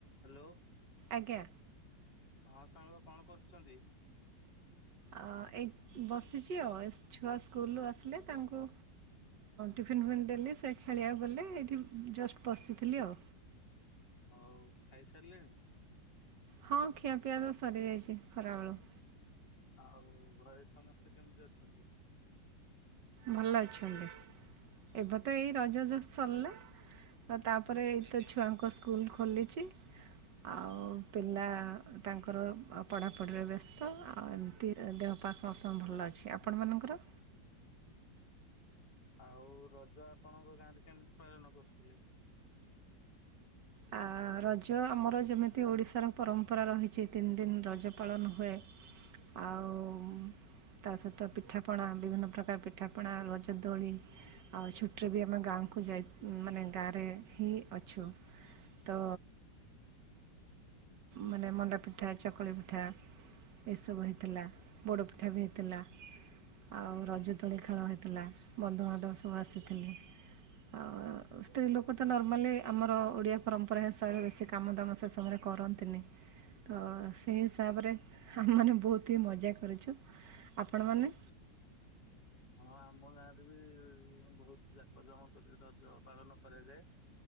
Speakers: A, on the left (about 70°); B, on the right (about 70°).
A: Hello.
B: ଆଜ୍ଞା।
A: ହଁ ସାଙ୍ଗ କଣ କରୁଛନ୍ତି?
B: ଆ ଏଇ ବସିଛି ଆଉ ଛୁଆ ସ୍କୁଲରୁ ଆସିଲେ ତାଙ୍କୁ ଟିଫିନ୍ ଫିଫନ୍ ଦେଲି ସେ ଖେଳିବାକୁ ଗଲେ ଏଇଠି ଜଷ୍ଟ ବସିଥିଲି ଆଉ
A: ହଉ ଖାଇସାରିଲେଣି?
B: ହଁ ଖିଆ ପିିବା ତ ସରି ଯାଇଛି ଖରାବେଳୁ
A: ଆଉ ଘରେ ସମସ୍ତେ କେମିତି ଅଛନ୍ତି
B: ଭଲ ଅଛନ୍ତି ଏବେ ତ ଏଇ ରଜ ଜୋ ସରିଲା ଆଉ ତାପରେ
A: ଆଜ୍ଞା।
B: ଏଇତ ଛୁଆଙ୍କ ସ୍କୁ ସ୍କୁଲ ଖୋଲିଚି ଆଉ ପିଲା ତାଙ୍କର ପଢାପଢିରେ ବ୍ୟସ୍ତ ଆଉ ଏମିତି ଦେହପା ସମସ୍ତଙ୍କ ଭଲ ଅଛି। ଆପଣମାନଙ୍କର?
A: ଆଉ ରଜ ଆପଣଙ୍କ ଗାଁରେ କେମିତି ପାଳନ କରୁଥିଲେ?
B: ଆ ରଜ ଆମର ଯେମିତି ଓଡିଶାର ପରମ୍ପରା ରହିଚି ତିନି ଦିନ ରଜ ପାଳନ ହୁଏ। ଆଉ ତା ସହିତ ପିଠାପଣା ବିଭିନ୍ନ ପ୍ରକାର ପିଠାପଣା ରଜ ଦୋଳି ଆଉ ଛୁଟିରେ ବି ଆମେ ଗାଁକୁ ଯାଇ ମାନେ ଗାଁରେ ହିଁ ଅଛୁ। ତ ମାନେ ମଣ୍ଡା ପିଠା ଚକୁଳି ପିଠା ଏସବୁ ହେଇଥିଲା ବୋଡ ପିଠା ବି ହେଇଥିଲା ଆଉ ରଜ ଦୋଳି ଖେଳ ହେଇଥିଲା‌। ବନ୍ଧୁବାଧବ ସବୁ ଆସିଥିଲେ ଆଉ ସ୍ତ୍ରୀ ଲୋକ ତ ନର୍ମାଲି ଆମର ଓଡିଆ ପରମ୍ପରା ହିସାବରେ ବେଶି କାମ ଦାମ ସେ ସମୟରେ କରନ୍ତିନି ତ ସେହି ହିସାବରେ ଆମେମାନେ ବୋହୁତ ହିଁ ମଜା କରିଚୁ। ଆପଣମାନେ
A: ହଁ ଆମ ଗାଁରେ ବି ବୋହୁତ ଜାକ ଜକମରେ ରଜ ପାଳନ କରାଯାଏ।